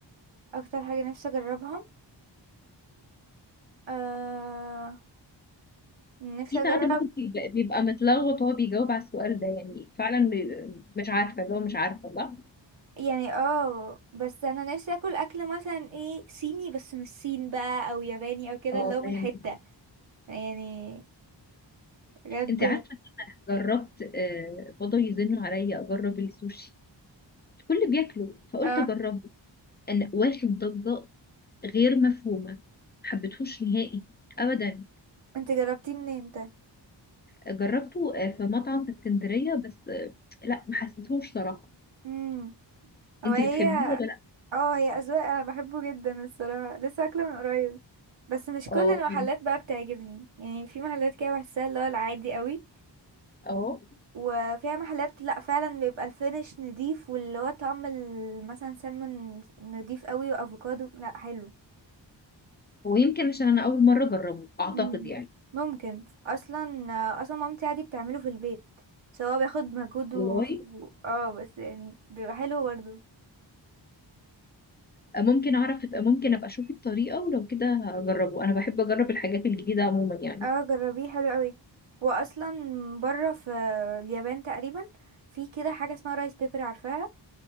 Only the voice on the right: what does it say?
اكتر حاجة نفسي اجربها آه نفسي
اجرب
يعني اه بس انا نفسي اكل اكل مثلا ايه صيني بس مش صين بقى او ياباني او كده
اللي هو من
الحتة يعني بجد
اه
انت جربتيه منين انت
امم هو
هي
اه هي اذواق انا بحبه جدا الصراحة لسه اكله من قريب بس مش كل
المحلات
بقى بتعجبني يعني في محلات كده بحسها اللي هو العادي قوي
وفيها محلات لا فعلا بيبقى الفينش نضيف واللي هو طعم ال- مثلا سلمون نضيف قوي وافوكادو لا حلو
مم.
ممكن اصلا اصلا مامتي عادي بتعمله في البيت سواء بياخد مجهود و...
و- اه بس يعني بيبقى حلو برضو
اه جربيه حلو قوي واصلا بره في اليابان تقريبا في كده حاجه اسمها رايس بيبر عارفاها